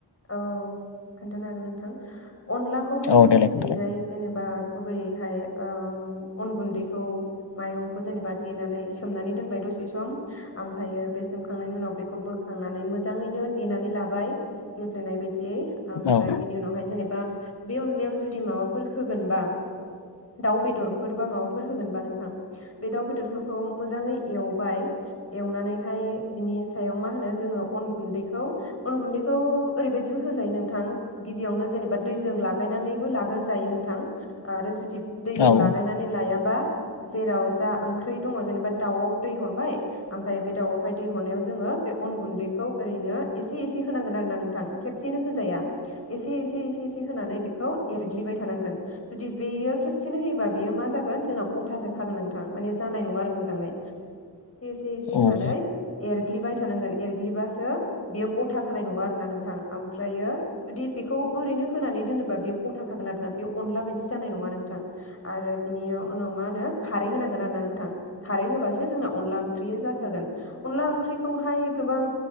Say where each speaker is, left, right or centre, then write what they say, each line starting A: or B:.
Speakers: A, on the left; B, on the left.
A: औ खोनथानो हागोन नोंथां अनलाखौहाय
B: औ
A: जोंनिखैजाय
B: देलाय खोन्थालाय
A: जेनेबा गुबै ओमफ्राय ओ गुन्दैखौ माइरंखौ जेनेबा देनानै सोमनानै दोनबाय दसे सम ओमफ्रायो बे सोमखांनायनि उनाव बेखौ बोखांनानै मोजाङैनो देनानै लाबाय गेबलेनाय बायदि दि ओमफ्राय
B: औ
A: बिनि उनावहाय जेनेबा बे अनलायाव जुदि माबाफोर होगोनबा दाउ बेदर फोर बा माबाफोर होगोनबा नोंथां बे दा बेदरफोरखौ खौ मोजाङै एवबाय एवनानैहाय बिनि सायाव मा होनो जोङो अन गुन्दैखौ अन गुन्दैखौ ओरैबायदिबो होजायो नोंथां गिबियावनो जेनेबा दैजों लागायनानैबो लाग्रोजायो नोंथां आरो जु दैजों
B: औ
A: लागायनानै लायाबा जेराव जा ओंख्रि दङ जेनेबा दाउआव दै हरबाय ओमफ्राय बे दाउआवहाय दै हरनायाव जोङो बे अन गुन्दैखौ ओरैनो एसे एसे होनांगोन आरो ना नों खबसेनो होजाया एसे एसे एसे होनानै बेखौ एरग्लिबाय थानांगोन जुदि बियो खेबसेनो होयोबा बियो मा जागोन नोंथां गथासो खागोन जानाय नंङा आरो मोजाङै एसे एसे होनानै
B: औ औ
A: एर एरग्लिबाय थानांगोन एरग्लिबासो बेयो गथा खानाय नङा आरोना नों नोंथां ओमफ्रायो जुदि बेखौ ओरैनो होनानै दोनोबा बेयो गथााखागोन आरोना बे अनला बायदि जानाय नङा नोंथां आरो बिनि उनाव मा होनो खारै होनांगोन आरो ना नोंथां खारै होबासो जोंना अनला ओंख्रि जाथारगोन अनला ओंख्रिखौहाय गोबां